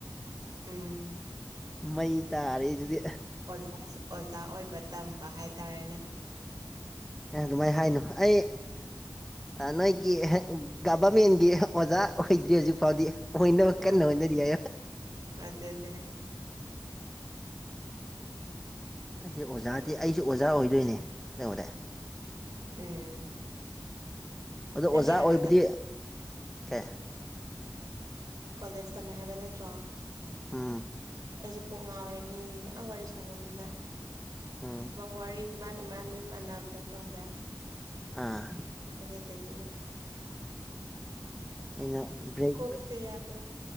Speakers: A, on the right; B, in the centre.
A: ꯎꯝ
B: ꯃꯩ ꯇꯥꯔꯦ ꯑꯗꯨꯗꯤ
A: ꯑꯁ ꯑꯣꯖꯥ ꯑꯣꯏꯕ ꯇꯝꯕ ꯍꯥꯏꯇꯥꯔꯦꯅꯦ
B: ꯑꯦ ꯑꯗꯨꯃꯥꯏꯅ ꯍꯥꯏꯅꯨ ꯑꯩ ꯅꯣꯏꯒꯤ ꯒꯚꯔꯃꯦꯟꯒꯤ ꯑꯣꯖꯥ ꯑꯣꯏꯗ꯭ꯔꯤ ꯍꯧꯖꯤꯛ ꯐꯥꯎꯗꯤ ꯍ ꯏ ꯀꯅ
A: ꯎꯝ
B: ꯑꯣꯏꯅꯗꯤꯌꯥ
A: ꯍꯥꯏ
B: ꯑꯩꯁꯦ ꯑꯣꯖꯥꯗꯤ ꯑꯩꯁꯨ ꯑꯣꯖꯥ ꯑꯣꯏꯗꯣꯏꯅꯦ ꯑꯣꯔꯑꯦ
A: ꯎꯝ
B: ꯑꯗꯣ ꯑꯣꯖꯥ
A: ꯅꯪ ꯀꯩꯅꯣꯗ
B: ꯑꯣꯏꯕꯗꯤ
A: ꯇꯝ
B: ꯀꯩ
A: ꯀꯣꯂꯦꯖ ꯇꯝꯃꯦ ꯍꯥꯏꯕ ꯅꯠꯇ꯭ꯔꯣ
B: ꯎꯝ
A: ꯑꯩꯁꯦ ꯀꯣꯛ ꯉꯥꯎꯔꯦ ꯃꯤꯁꯦ ꯃꯌꯥꯝ ꯋꯥꯔꯤ ꯁꯥꯍꯟꯗꯅ
B: ꯎꯝ
A: ꯋꯥꯔꯤ ꯏꯃꯥꯟ ꯏꯃꯥꯟ ꯂꯣꯏ ꯃꯥꯟꯅꯕꯗꯣ ꯈꯪꯕ꯭ꯔꯥ
B: ꯑꯥ
A: ꯑꯗꯨꯗꯒꯤ
B: ꯑꯩꯅ ꯭ꯔꯦꯛ
A: ꯀꯣꯛꯁꯦ ꯌꯥꯗ꯭ꯔꯦ